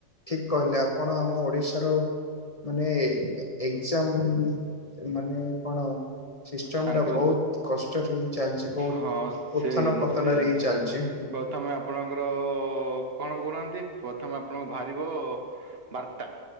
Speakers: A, on the left; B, on the right.
A: ଠିକ୍ କହିଲେ ଆପଣ ଆମ ଓଡ଼ିଶାର ମାନେ ଏ <unintelligible> ମାନେ କଣ? ସିଷ୍ଟମ୍
B: ତାଙ୍କର
A: ଟା ବହୁତ୍ କଷ୍ଟରେ <unintelligible> ଚାଲିଛି ବହୁତ୍
B: ହଁ ସେ
A: ଉଥନ
B: ଜିନିଷ
A: ପତନ
B: ସେ ଜିନିଷ
A: ରେ ହିଁ ଚାଲିଛି।
B: ପ୍ରଥମେ ଆପଣଙ୍କର କଣ କହୁନାହାନ୍ତି? ପ୍ରଥମେ ଆପଣଙ୍କୁ ବାହାରିବ ବାର୍ତ୍ତା